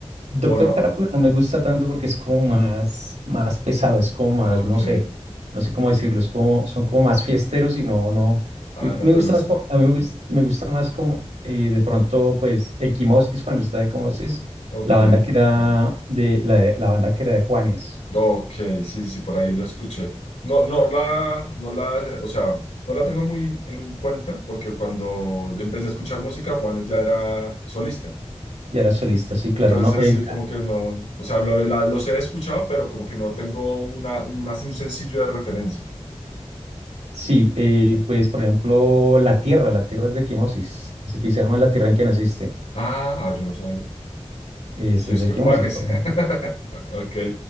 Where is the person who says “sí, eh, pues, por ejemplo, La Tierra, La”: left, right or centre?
Right